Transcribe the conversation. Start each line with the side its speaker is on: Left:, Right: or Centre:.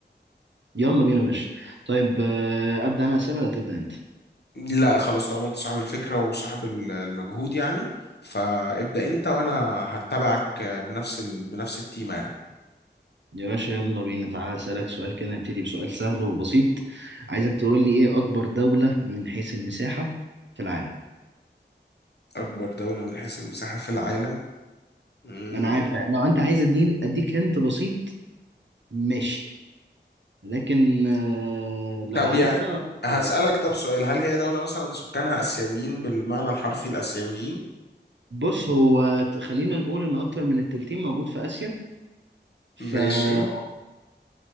Right: يلا بينا يا باشا طيب آه، أبدأ أنا أسئلة ولا تبدأ أنت؟
Left: لا خلاص طالما انت صاحب الفكرة وصاحب ال- المجهود يعني فابدأ انت وانا هتبعك آه، بنفس ال... بنفس التيمة يعني
Right: يا باشا يلا بينا تعالى أسألك سؤال كده نبتدي بسؤال سهل وبسيط عايزك تقول لي إيه أكبر دولة من حيث المساحة في العالم؟
Left: أكبر دولة من حيث المساحة في العالم مم.
Right: أنا عارف لو أنت عايز أديني أديك هنت بسيط ماشي لكن آه، لو
Left: طب
Right: عارفها
Left: يا
Right: أوكي.
Left: هسألك طب سؤال هل هي دولة مثلا سكانها آسيويين بالمعنى الحرفي الآسيويين
Right: بص هو ت- خلينا نقول ان اكتر من التلتين موجود في اسيا فبص
Left: ماشي